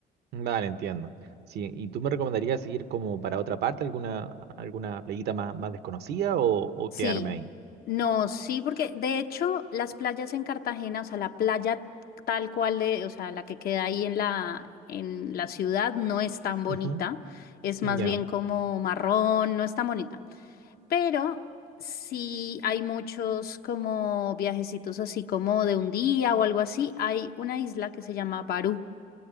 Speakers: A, on the right (about 70°); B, on the left (about 65°).
A: Vale, entiendo. Sí, ¿y tú me recomendarías ir como para otra parte, alguna, alguna playita más, más desconocida o, o
B: Sí,
A: quedarme ahí?
B: no, sí, porque de hecho las playas en Cartagena, o sea, la playa tal cual de, o sea, la que queda ahí en la, en la ciudad no es tan bonita,
A: Ujú,
B: es más
A: Ya,
B: bien como marrón, no es tan bonita, pero sí hay muchos como viajecitos así como de un día o algo así, hay una isla que se llama Barú